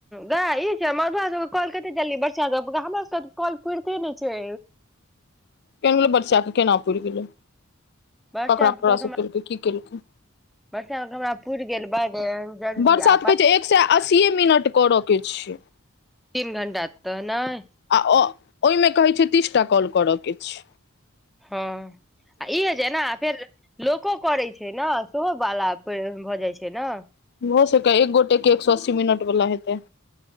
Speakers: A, in the centre; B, on the left (about 55°).
A: गई इ छै मधुआ सब कॉल कते जल्दी बरसा दै गैय हमर सब तऽ कॉल पुरिते नै छै
B: <unintelligible> केना पूर गेलै
A: बर्षा
B: ककरा ककरा
A: करा
B: से केलकै की केलकै
A: बर्षा क हमरा पुर गेल बड जल्दी
B: बरसा
A: आ
B: तऽ कहै छै एक सै अस्सीए मिनट करय केँ छैै
A: तीन घंट तऽ नय
B: आ ओ ओहिमे कहै छै तीसटा कॉल करअ केँ छै
A: हँ आ ई होइ छै नऽ फेर लोको करै छै नऽ सेहो बाला पैर भऽ जाइ छै नऽ
B: भऽ सकै एक गोटे केँ एक सौ अस्सी मिनट वला हेतै